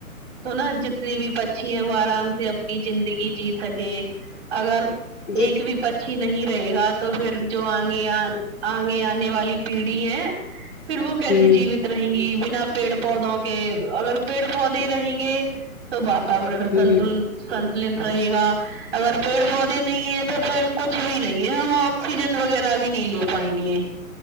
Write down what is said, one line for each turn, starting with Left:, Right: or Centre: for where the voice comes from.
Right: تو نا جتنے بھی پچھی ہیں وہ آرام سے اپنی زندگی جی سکے اگر
Left: جی
Right: ایک بھی پ اچھی نہیں رہے گا تو پھر جو آگے آگے آنے والی پیڑھی ہے پھر وہ کیسے
Left: ہوں
Right: جیوت رہیں گی بنا پیڑ پودوں کے اگر پیڑ پودے رہیں گے تو واتورن
Left: ہوں
Right: سنت سنتلت رہے گا اگر پیڑ پودے نہیں ہیں تو پڑ کچھ بھی نہیں ہے ہم آکسیجن وغیرہ بھی نہیں لے پائیں گے